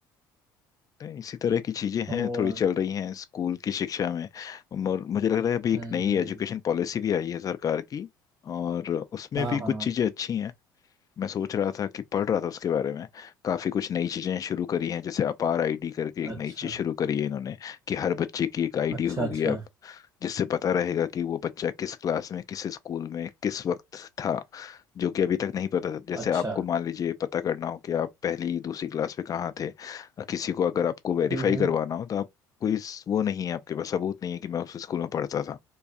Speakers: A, on the left; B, on the right.
A: तो इसी तरह की चीज़ें हैं
B: और
A: थोड़ी चल रही हैं स्कूल की शिक्षा में और मुझे लग रहा है अभी एक
B: हम्म
A: नई
B: हम्म
A: एजुकेशन पॉलिसी भी आई है सरकार की और उसमें
B: हाँ
A: भी कुछ
B: हाँ
A: चीज़ें अच्छी हैं मैं सोच रहा था कि पढ़ रहा था उसके बारे में काफी कुछ नई चीजें शुरू करी हैं जैसे अपार आईडी करके एक
B: अच्छा
A: नई चीज शुरू करी है इन्होंने कि हर बच्चे की एक आईडी
B: अच्छा
A: होगी
B: अच्छा
A: अब जिससे पता रहेगा कि वो बच्चा किस क्लास में किस स्कूल में किस वक्त था जो कि अभी तक नहीं पता था जैसे
B: अच्छा
A: आपको मान लीजिए पता करना हो कि आप पहली दूसरी क्लास में कहाँ थे किसी को अगर आपको वेरीफाई
B: हम्म हम्म
A: करवाना हो तो आप कोई स- वो नहीं है आपके पास सबूत नहीं है कि मैं उस स्कूल में पढ़ता था